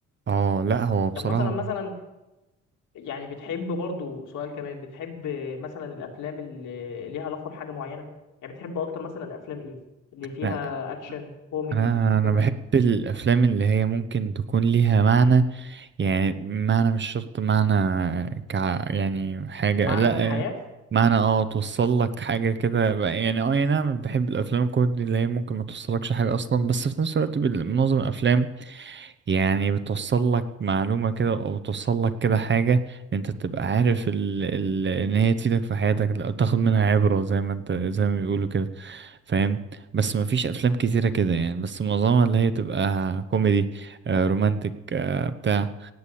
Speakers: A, on the right; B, on the left.
A: اه لا هو بصراحة
B: طب مثلا مثلا يعني بتحب برضه سؤال كمان بتحب مثلا الافلام اللي ليها علاقه بحاجه معينه يعني بتحب اكتر مثلا افلام ايه اللي فيها
A: انا
B: اكشن كوميدي
A: انا أنا
B: كده
A: بحب الافلام اللي هي ممكن تكون ليها معنى يعني معنى مش شرط معنى ك يعني حاجة
B: معنى
A: لا
B: في الحياة
A: معنى اه توصل لك حاجة كده بقى- يعني اه أي نعم بحب الافلام الكوميدي اللي هي ممكن ما توصلكش حاجة اصلا بس في نفس الوقت بال- معظم الافلام يعني بتوصل لك معلومة كده او بتوصل لك كده حاجة انت تبقى عارف ال... ال... ان هي تفيدك في حياتك لا تاخد منها عبرة زي ما انت زي ما بيقولوا كده فاهم بس ما فيش افلام كتيرة كده يعني بس معظمها اللي هي تبقى كوميدي آه رومانتك آه بتاع